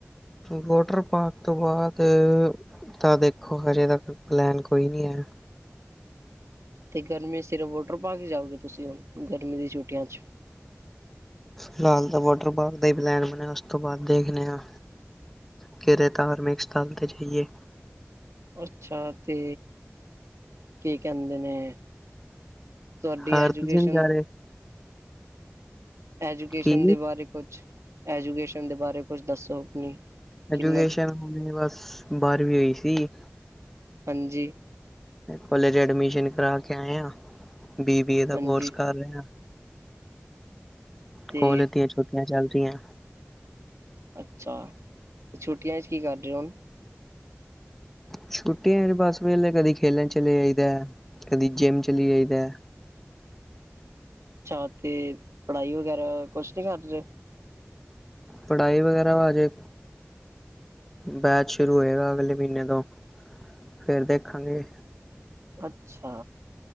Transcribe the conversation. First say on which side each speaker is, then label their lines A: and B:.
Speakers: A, in the centre; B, on the right (about 90°).
A: ਵੋਟਰ ਪਾਰਕ ਤੋਂ ਬਾਅਦ। ਤਾਂ ਦੇਖੋ ਹਜੇ ਤੱਕ ਪਲੈਨ ਕੋਈ ਨਹੀਂ ਹੈ।
B: ਤੇ ਗਰਮੀ ਚ ਸਿਰਫ ਵੋਟਰ ਪਾਰਕ ਹੀ ਜਾਉਗੇ ਤੁਸੀਂ। ਹੁਣ ਗਰਮੀ ਦੀਆਂ ਛੁੱਟੀਆਂ ਚ।
A: ਫਿਲਹਾਲ ਤਾਂ ਵੋਟਰ ਪਾਰਕ ਦਾ ਹੀ ਪਲੈਨ ਬਣਿਆ। ਉਸ ਤੋਂ ਬਾਅਦ ਦੇਖਦੇ ਹਾਂ। ਕਿਤੇ ਧਾਰਮਿਕ ਸਥਾਨ ਤੇ ਜਾਈਏ।
B: ਅੱਛਾ ਤੇ ਕੀ ਕਹਿੰਦੇ ਨੇ? ਤੁਹਾਡੀ
A: ਹਾਰ
B: ਐਜੂਕੇਸ਼ਨ?
A: ਤੁਸੀਂ ਨੀ ਜਾ ਰਹੇ
B: ਐਜੂਕੇਸ਼ਨ
A: ਕੀ
B: ਦੇ ਬਾਰੇ ਕੁਝ। ਐਜੂਕੇਸ਼ਨ ਦੇ ਬਾਰੇ ਕੁਝ ਦੱਸੋ ਆਪਣੀ। ਕਿੰਨਾ
A: ਐਜੂਕੇਸ਼ਨੇ! ਬਸ ਬਾਰਵੀਂ ਹੋਈ ਸੀ।
B: ਹਾਂਜੀ
A: ਕੋਲੇਜ ਏਡਮਿਸ਼ਨ ਕਰ ਕੇ ਆਏ ਹਾਂ। ਬੀ ਬੀ ਏ ਦਾ
B: ਹਾਂਜੀ
A: ਕੋਰਸ ਕਰ ਰਹੇ ਹਾਂ।
B: ਤੇ
A: ਕੋਲਜ ਦੀਆਂ ਛੋਟੀਆਂ ਚੱਲਰਿਆਂ।
B: ਅੱਛਾ, ਅਤੇ ਛੁੱਟੀਆਂ 'ਚ ਕਿ ਕਰ ਰਹੇ ਹੁਣ।
A: ਛੁੱਟੀਆਂ ਐ ਬਸ ਵੇਲੇ ਕਦੀ ਖੇਲਣ ਚਲੇ ਜਾਈਦਾ। ਕਦੀ ਜਿੰਮ ਚਲੀ ਆਈਦਾ।
B: <inaudible> ਅੱਛਾ ਤੇ ਪੜ੍ਹਾਈ ਵਗੈਰਾ ਕੁਛ ਨਹੀਂ ਕਰ ਰਹੇ।
A: ਪੜ੍ਹਾਈ ਵਗੈਰਾ ਹਜੇ ਬੈਚ ਸ਼ੁਰੂ ਹੋਏਗਾ ਅਗਲੇ ਮਹੀਨੇ ਤੋਂ। ਫੇਰ ਦੇਖਾਂਗੇ।
B: ਅੱਛਾ!